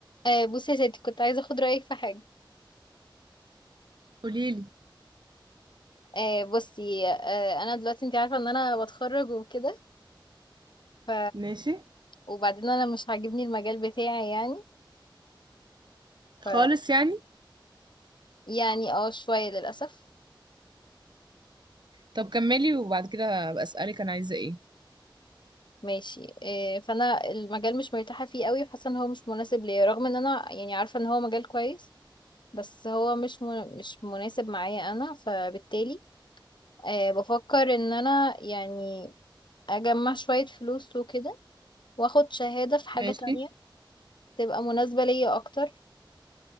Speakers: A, on the left; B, on the right.
A: آه، بصي يا ستي كنت عايزه اخد رايك في حاجه
B: قوليلي
A: آه، بصي آه، انا دلوقتي انت عارفه ان انا بتخرج وكده ف
B: ماشي
A: وبعدين انا مش عاجبني المجال بتاعي يعني
B: خالص
A: ف
B: يعني
A: يعني اه شويه للاسف
B: طب كملي وبعد كده هبقى اسالك انا عايزه ايه
A: ماشي آه، فانا المجال مش مرتاحه فيه قوي وحاسه ان هو مش مناسب ليا رغم ان انا يعني عارفه ان هو مجال كويس بس هو مش من... مش مناسب معايا انا فبالتالي آه، بفكر ان انا يعني اجمع شويه فلوس وكده واخد شهاده في حاجه
B: ماشي
A: تانية تبقى مناسبة ليا أكتر